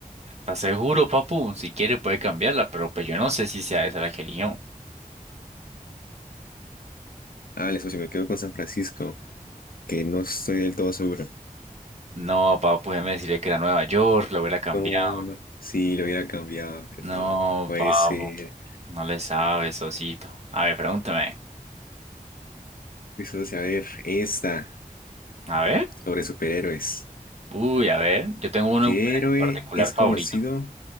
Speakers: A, on the right (about 50°); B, on the left (about 80°).
A: ¿Estás seguro, papu? Si quiere puede cambiarla, pero pues yo no sé si sea esa la que eligió.
B: Ah, vale, socio, me quedo con San Francisco, que no estoy del todo seguro.
A: No, papo, déjeme decirle que era Nueva York, lo hubiera cambiado.
B: No, no. Sí, lo hubiera cambiado, pero
A: No,
B: no. Puede
A: papo,
B: ser.
A: no le sabe, socito. A ver, pregúntame.
B: Pues socio, a ver, esta,
A: A ver.
B: sobre superhéroes.
A: Uy, a ver, yo tengo uno
B: ¿Qué
A: en
B: héroe
A: particular
B: es
A: favorito.
B: conocido